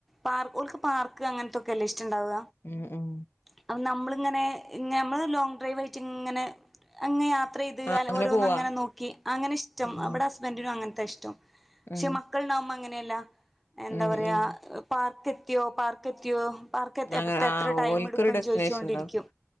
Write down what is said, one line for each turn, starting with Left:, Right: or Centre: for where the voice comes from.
Centre: പാർക്ക് ഓർക്ക് പാർക്ക് അങ്ങൻത്തൊക്കല്ലെ ഇഷ്ടണ്ടാവ
Left: ഉം ഉം
Centre: അപ്പം നമ്മളിങ്ങനെ നമ്മള് ലോങ് ഡ്രൈവ് ആയിട്ട് ഇങ്ങനെ അങ്ങനെ യാത്ര ചെയ്ത്
Left: ആഹ്
Centre: അല്ല
Left: അങ്ങനെ
Centre: ഓഹ രോന്നങ്ങനെ
Left: പോവാ
Centre: നോക്കി അങ്ങനെഷ്ടം
Left: ഉം
Centre: ഇവടെ ഹസ്ബൻഡിനും അങ്ങനത്ത ഇഷ്ടം പക്ഷെ
Left: ഉം
Centre: മക്കള്ണ്ടാവുമ്പം അങ്ങനെയല്ല എന്താ
Left: ഉം
Centre: പറയാ
Left: ഉം
Centre: പാർക്ക് എത്തിയോ പാർക്ക് എത്തിയോ പാർക്ക്
Left: അങ്ങ
Centre: എത്താൻ
Left: ആഹ്
Centre: എത്ര ടൈം
Left: ഓൽക്കൊരു
Centre: എടുക്കുംന്ന്
Left: ഡെസ്റ്റിനേഷൻ
Centre: ചോയ്ച്ചോണ്ടിരിക്കും
Left: ഉണ്ടാവും